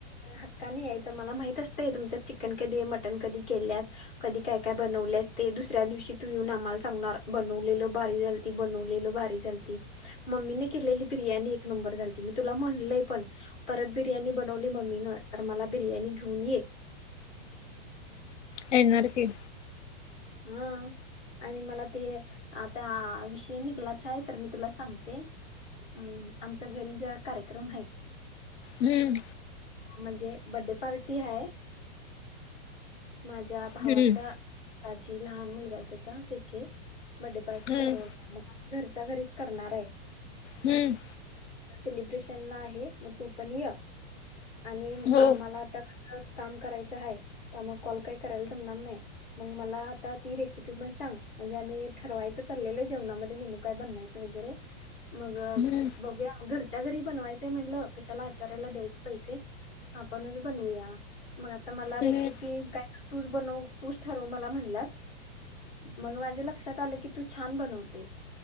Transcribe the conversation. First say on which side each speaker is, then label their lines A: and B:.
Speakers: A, on the left; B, on the left.
A: हक्कान यायच मला माहित असतय तुमच्यात चिकन कधीय मटन कधी केल्यास कधी काय काय बनवल्यास ते दुसऱ्या दिवशी तू येऊन आम्हाला सांगणार बनवलेलो भारी झालती, बनवलेलो भारी झालती मम्मीने केलेली बिर्याणी एक नंबर झालती. मी तुला म्हणलय पण परत बिर्याणी ब बनवली मम्मीन तर मला बिर्याणी घेऊन ये.
B: येनार की.
A: हा आणि मला ते आता विषयी निघलाच आहे तर मी तुला सांगते अ आमच्या घरी जर कार्यक्रम आहे
B: हम्म
A: म्हणजे बड्डे पार्टी आहे माझ्या भावाच्या
B: हम्म
A: मु ज लहान मुलगा आहे त्याचा त्याचे बडे पार्टी
B: हम्म
A: ठरवल्या मग घरच्या घरीच करणार आहे
B: हम्म
A: सेलिब्रेशन ला आहे मग तू पण य आणि
B: हो
A: आमाला आता कसं काम करायचं आहे त्या मग कॉल काही करायला जमणार नाही मग मला आता ती रेसिपी पण सांग म्हणजे आम्ही ठरवायच चाललेलं जेवणामध्ये मेनू काय बनवायच वगैर मग
B: हम्म
A: बघूया मग घर च्या घरी बनवायचंय म्हटलं कशाला आचार्याला द्यायचं पैसे आपणच बनवूया मग आता मला रेसिपी
B: हम्म
A: काय तूच बनव तूच ठरव मला म्हणल्यात मग माझ्या लक्षात आलं की तू छान बनवतेस